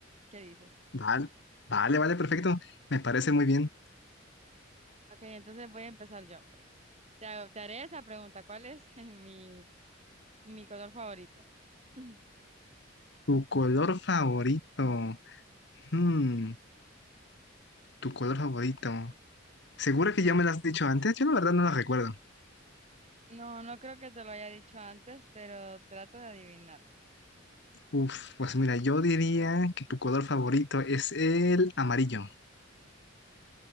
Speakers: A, on the right; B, on the left.
A: qué dices.
B: Vale, vale, vale, perfecto. Me parece muy bien.
A: Ok, entonces voy a empezar yo, pues. Te, hago- te haré esa pregunta, ¿cuál es <laughs> mi, mi color favorito? Mm.
B: Tu color favorito. Hmm, tu color favorito. ¿Segura que ya me lo has dicho antes? Yo la verdad no lo recuerdo.
A: No, no creo que te lo haya dicho antes, pero trato de adivinar.
B: Uf, pues mira, yo diría que tu color favorito es el amarillo.